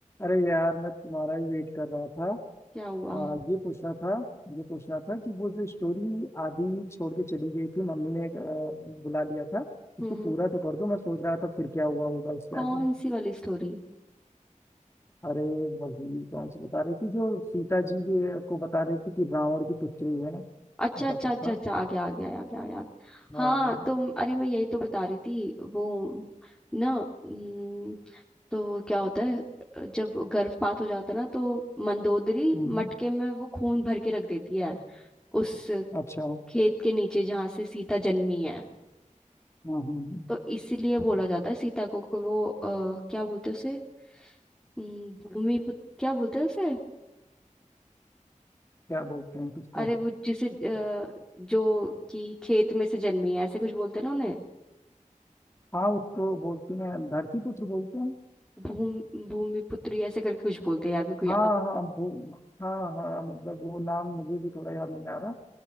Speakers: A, on the left; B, in the centre.
A: अरे यार मैं तुम्हारा ही वेट कर रहा था
B: क्या हुआ
A: आ,
B: हम्म
A: ये पूछना था ये पूछना था कि वो जो स्टोरी आधी छोड़ के चली गई थी मम्मी ने अ, बुला लिया था उसको
B: हम्म।
A: पूरा तो कर दो मैं सोच रहा था फिर क्या हुआ होगा उसके
B: कौन
A: आगे
B: सी वाली स्टोरी
A: अरे वही कौन सी बता रही थी जो सीता जी के- को बता रही थी कि रावण की पुत्री है
B: अच्छा
A: ऐसा
B: अच्छा
A: कुछ
B: अच्छा
A: था
B: अच्छा आ गया आ गया आ गया याद हाँ
A: हाँ हाँ
B: तो अरे मैं यही तो बता रही थी वो ना हम्म, तो क्या होता है जब गर्भपात हो जाता है ना तो मंदोदरी
A: हम्म,
B: मटके
A: हम्म,
B: में वो खून भर के रख देती है उस
A: अच्छा हाँ
B: खेत के नीचे जहां से सीता जन्मी है
A: हाँ हाँ।
B: तो इसीलिए बोला जाता है सीता को, को वो आ, क्या बोलते हैं उसे हम्म, भूमि पुत्र क्या बोलते हैं उसे
A: क्या बोलते हैं किसको
B: अरे वो जिसे अ, जो कि खेत में से जन्मी है ऐसे कुछ बोलते हैं ना उन्हें
A: हाँ उसको बोलते हैं धरती पुत्र बोलते हैं
B: भूमि भूमि पुत्री ऐसे करके कुछ बोलते हैं यार मेरे को याद
A: हाँ हाँ वो हाँ हाँ मतलब वो नाम मुझे भी थोड़ा याद नहीं आ रहा